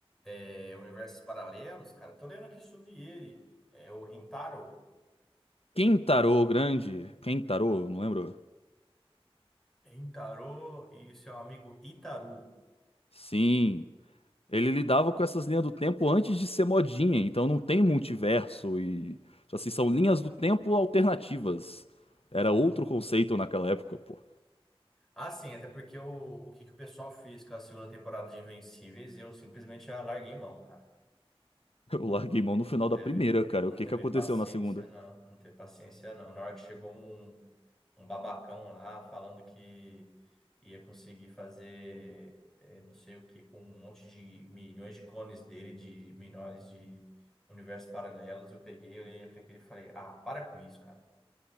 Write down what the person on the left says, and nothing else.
Kentaro Grande, Kentaro, não lembro?
Sim. Ele lidava com essas linhas do tempo antes de ser modinha, então não tem multiverso e. tipo Assim, são linhas do tempo alternativas. Era
outro conceito naquela época, pô.
<laughs> Eu larguei mão no
final
da primeira, cara.
O que
que aconteceu
na segunda?